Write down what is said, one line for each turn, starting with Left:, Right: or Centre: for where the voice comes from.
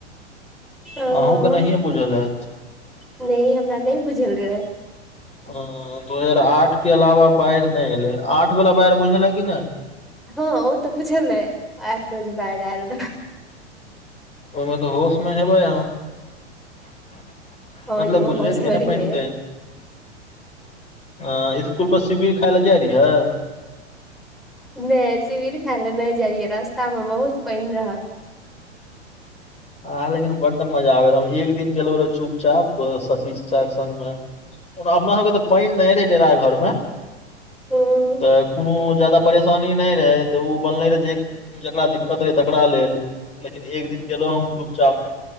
Centre: ओ
Left: अहूँ के नहिए बुझल हेत
Centre: नहि हमरा नहि बुझल रहय
Left: ह दू हजार आठ के अलावा बाढ़ि नहि एले आठ वला बाढ़ि बुझले कि नहि
Centre: हँ ओ तऽ बुछल आठ बजे बाडल रह
Left: ओहिमे तऽ होश में है बा यहाँ
Centre: हँ
Left: मतलब
Centre: यौ
Left: बुझले
Centre: होश
Left: रहिय
Centre: मे
Left: ने
Centre: रहिये
Left: पानि ताएन आ इसकुल पर शिविर खाय लए जाइ रहियै
Centre: नहि शिविर खाय ले नहि जाइयै रास्ता मे बहुत पानि रहय
Left: आह लेकिन बड्ड मजा आबे रहू हम एक दिन गेलहु रह चुपचाप शशि चचाक के सङ्गमे ओ अपना सबके तऽ पाएन नहि रहे डेरा घर मे
Centre: हूँ
Left: तऽ कोनो जादा परेशानी नहि रहै तऽ ओ बनलै रहै जे जकरा दिक्कत रहै तकरा लेल लेकिन एक दिन गेलहुँ हम चुपचाप